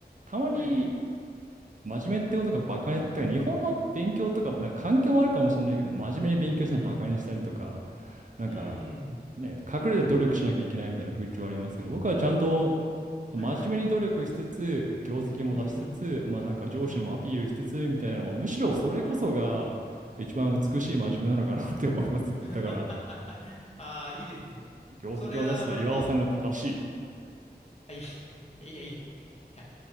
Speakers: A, on the right (about 50°); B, on the left (about 40°).
A: たまに
B: はい。
A: 真面目ってことがバカに、てか日本の勉強とか、なんか環境もあるかもしれないけど、真面目に勉強してるのバカにしたりとか、
B: うん。
A: なんか、
B: うん。
A: ね、隠れて努力しなきゃいけないみたいな風潮ありますけど、僕はちゃんと、その真面目に努力しつつ、
B: はいはい。
A: 業績も出しつつ、
B: うん。
A: まあなんか上司にもアピールしつつみたいなのは、
B: うん。うん。
A: むしろそれこそが一番美しい真面目なのかなって思いますよ。
B: ああ。うん。うん。<laughs>
A: だから、
B: ああ、いいですね。
A: 業績を出してる岩尾さんが正しい。
B: それは割とあ、いやいやいやいやいや、いや、